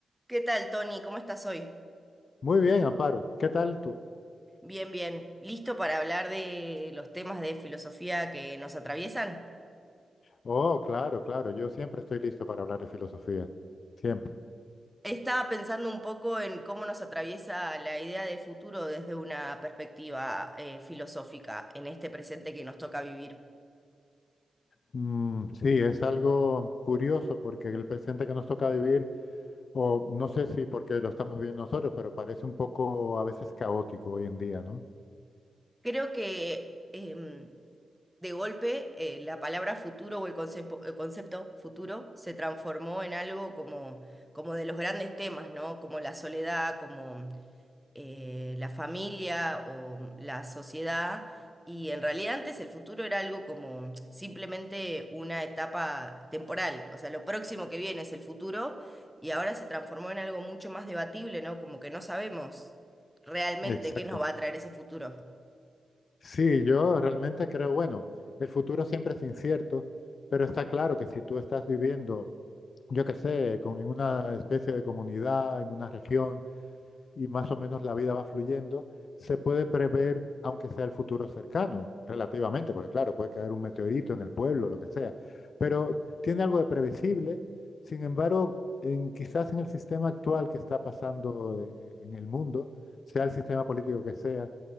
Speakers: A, in the centre; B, on the left.
A: ¿Qué tal, Tony? ¿Cómo estás hoy?
B: Muy bien, Amparo. ¿Qué tal tú?
A: Bien, bien. ¿Listo para hablar de los temas de filosofía que nos atraviesan?
B: Oh, claro, claro. Yo siempre estoy listo para hablar de filosofía. Siempre.
A: Estaba pensando un poco en cómo nos atraviesa la idea de futuro desde una perspectiva eh, filosófica en este presente que nos toca vivir.
B: Mm, sí, es algo curioso porque el presente que nos toca vivir, o no sé si porque lo estamos viviendo nosotros, pero parece un poco a veces caótico hoy en día, ¿no?
A: Creo que em, de golpe eh, la palabra futuro o el concepo- el concepto, futuro se transformó en algo como, como de los grandes temas, ¿no? Como la soledad, como eh, la familia o la sociedad. Y en realidad antes el futuro era algo como simplemente una etapa temporal, o sea, lo próximo que viene es el futuro y ahora se transformó en algo mucho más debatible, ¿no? Como que no sabemos realmente
B: Exactamente.
A: qué nos va a traer ese futuro.
B: Sí, yo realmente creo, bueno, el futuro siempre es incierto, pero está claro que si tú estás viviendo, yo qué sé, con- en una especie de comunidad, en una región, y más o menos la vida va fluyendo, se puede prever, aunque sea el futuro cercano, relativamente, porque claro, puede caer un meteorito en el pueblo, lo que sea, pero tiene algo de previsible. Sin embargo, en, quizás en el sistema actual que está pasando eh, eh, en el mundo, sea el sistema político que sea,